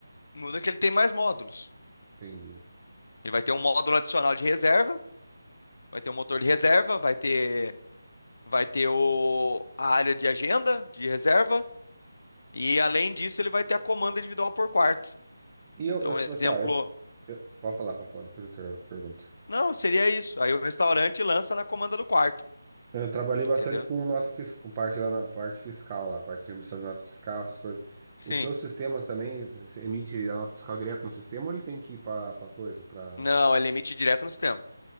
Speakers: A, on the left; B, on the right.
A: Muda que ele tem mais módulos.
B: Entendi.
A: Ele vai ter um módulo adicional de reserva, vai ter um motor de reserva, vai ter vai ter o a área de agenda de reserva e além disso ele vai ter a comanda individual por quarto.
B: E eu,
A: Então,
B: eu,
A: um exemplo,
B: tipo assim, ó, eu, eu, pode falar, pode falar, depois eu te pergunto.
A: não, seria isso. Aí o restaurante lança na comanda do quarto,
B: Eu trabalhei
A: entendeu?
B: bastante com nota fiscal, com parte da na- parte fiscal lá, parte de emissão de nota fiscal, essas coisas.
A: Sim.
B: Os seus sistemas também, você emite a nota fiscal direto no sistema ou ele tem que ir para coisa, para.
A: Não, é limite direto no sistema.